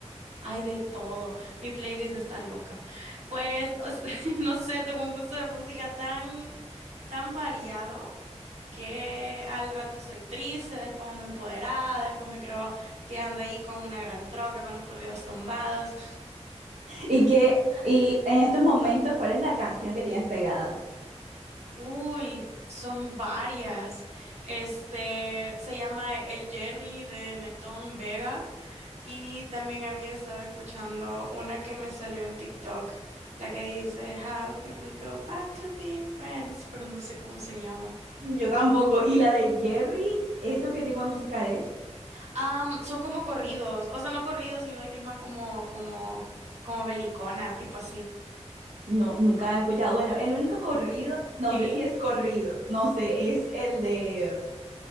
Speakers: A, on the right; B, on the right.
A: Ay, de todo. Mi playlist está loca. Pues, o sea, <laughs> no sé, tengo un gusto de música tan, tan variado que al rato soy triste, después ando empoderada, después me creo que ando ahí con una gran troca, con los corridos tumbados.
B: ¿Y qué, y en estos momentos, cuál es la canción que tienes pegada?
A: Uy, son varias. Este, se llama El Jerry de Netón Vega. Y también había estado escuchando una que me salió en TikTok, la que dice How can we go back to being friends, pero no sé cómo se llama.
B: Yo tampoco. ¿Y la de Jerry? ¿Eso qué tipo de música es?
A: Am, son como corridos, o sea, no corridos, sino de que es más como, como, como belicona, tipo así.
B: No, nunca he escuchado. Bueno, el único corrido, no
A: ¿Qué?
B: sé si es corrido, no sé, es el de